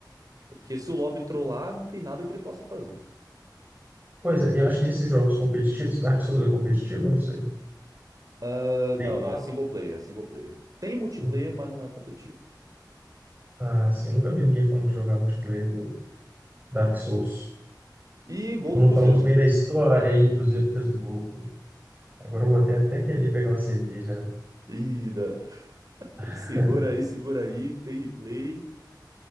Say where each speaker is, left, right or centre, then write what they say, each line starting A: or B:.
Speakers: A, on the right (about 50°); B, on the right (about 25°).
A: Até porque se o lobby trollar, não tem nada que ele possa fazer.
B: Pois é, eu acho que esses jogos competitivos, Dark Souls é competitivo, eu não sei.
A: Ah,
B: Tem
A: não, não,
B: modo?
A: é single player, é single player. Tem multiplayer,
B: Sim.
A: mas não é competitivo.
B: Ah, sim, eu nunca vi ninguém falando de jogar multiplayer no Dark Souls.
A: E gol
B: Todo
A: do
B: mundo
A: Cruzeiro.
B: falou muito bem da história, e o Cruzeiro fez um gol. Agora eu vou até, até que ali pegar uma cerveja, né?
A: Ida.
B: <laughs>
A: Segura aí, segura aí, que tem replay.